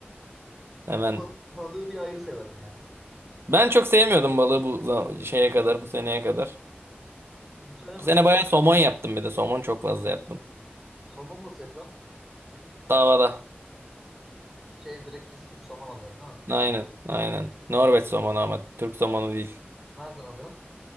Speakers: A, on the right (about 75°); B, in the centre.
A: Hemen.
B: Ama bal, balığı bir ayrı severim ya.
A: Ben çok sevmiyordum balığı bu zam- şeye kadar, bu seneye kadar.
B: Bu sene mi?
A: Bu sene bayağı somon yaptım bir de. Somon çok fazla yaptım.
B: Somon nasıl yapıyorsun?
A: Davada.
B: Şey direkt kesilmiş somon alıyorsun değil mi?
A: Aynen, aynen. Norveç somonu ama Türk somonu değil.
B: Nereden alıyorsun?